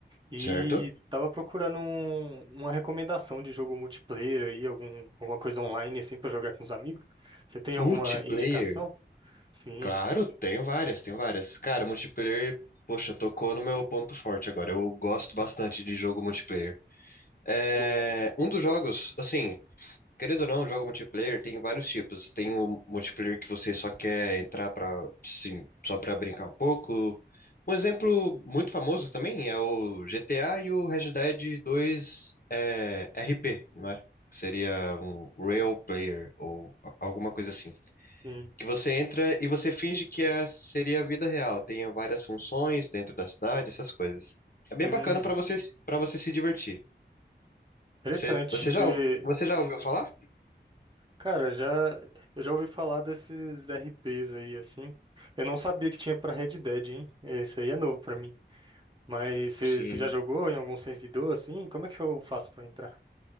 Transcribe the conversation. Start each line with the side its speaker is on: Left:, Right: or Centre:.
Right: e
Left: certo.
Right: tava procurando um- uma recomendação de jogo multiplayer aí, algum, alguma coisa online assim pra jogar com os amigos. Você tem
Left: Multiplayer?
Right: alguma indicação? Sim.
Left: Claro, tenho várias, tenho várias. Cara, multiplayer, poxa, tocou no meu ponto forte agora. Eu gosto bastante
Right: Hum,
Left: de jogo multiplayer. É,
Right: Bom,
Left: um dos jogos, assim, Querendo ou não, jogo multiplayer tem vários tipos. Tem o multiplayer que você só quer entrar para, sim, só para brincar um pouco. Um exemplo muito famoso também é o GTA e o Red Dead 2 é, RP, né? Seria um real player ou a- alguma coisa assim.
Right: sim.
Left: Que você entra e você finge que é, seria a vida real. Tem várias funções dentro da cidade, essas coisas. É bem
Right: Hum,
Left: bacana para você para você se divertir.
Right: interessante.
Left: Você, você
Right: Você,
Left: já você já ouviu falar?
Right: Cara, já eu já ouvi falar desses RPs aí assim. Eu não sabia que tinha pra Red Dead, hein? Isso aí é novo pra mim. Mas você
Left: Sim.
Right: você já jogou em algum servidor assim? Como é que eu faço pra entrar?